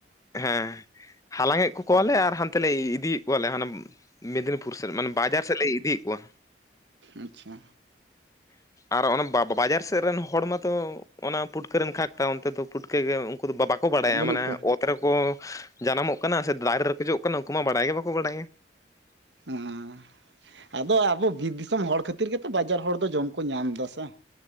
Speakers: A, on the left; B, on the right.
A: ᱦᱮᱸ ᱦᱟᱞᱟᱝᱮᱜ ᱠᱚ ᱠᱚᱣᱟᱞᱮ
B: ᱛᱟᱦᱚᱞᱮ
A: ᱟᱨ ᱦᱟᱱᱛᱮ ᱞᱮ ᱤᱫᱤᱭᱮᱫ ᱠᱚᱣᱟᱞᱮ ᱦᱟᱱᱮ ᱢᱮᱫᱽᱱᱤᱯᱩᱨ ᱥᱮᱫ ᱢᱟᱱᱮ ᱵᱟᱡᱟᱨ ᱥᱮᱫ ᱞᱮ ᱤᱫᱤᱭᱮᱜ ᱠᱚᱣᱟ᱾
B: ᱟᱪᱪᱷᱟ
A: ᱟᱨ ᱚᱱᱟ ᱵᱟ ᱵᱟᱡᱟᱨ ᱥᱮᱫ ᱨᱮᱱ ᱦᱚᱲ ᱢᱟᱛᱚ ᱚᱱᱟ ᱯᱩᱴᱠᱟᱹ ᱨᱮᱱ ᱠᱷᱟᱠᱽᱛᱟ ᱚᱱᱛᱮ ᱫᱚ ᱯᱩᱴᱠᱟᱹ ᱜᱮ ᱩᱝᱠᱩ ᱫᱚ ᱵᱟ ᱵᱟ ᱠᱚ ᱵᱟᱲᱟᱭᱟ
B: ᱵᱟᱹᱱᱩᱜ
A: ᱢᱟᱱᱮ
B: ᱠᱚᱣᱟ
A: ᱚᱛ ᱨᱮᱠᱚ ᱡᱟᱱᱟᱢᱚᱜ ᱠᱟᱱᱟ ᱥᱮ ᱫᱟᱨᱮ ᱨᱮᱠᱚ ᱡᱚᱜ ᱠᱟᱱᱟ ᱩᱝᱠᱩ ᱢᱟ ᱵᱟᱲᱟᱭ ᱜᱮ ᱵᱟᱠᱚ ᱵᱟᱲᱟᱭᱟ᱾ <unintelligible>
B: ᱦᱮᱸ ᱟᱫᱚ ᱟᱵᱚ ᱵᱤᱨ ᱫᱤᱥᱚᱢ ᱦᱚᱲ ᱠᱷᱟᱹᱛᱤᱨ ᱜᱮᱛᱚ ᱵᱟᱡᱟᱨ ᱦᱚᱲ ᱫᱚ ᱡᱚᱢ ᱠᱚ ᱧᱟᱢ ᱫᱟᱥᱮ ᱾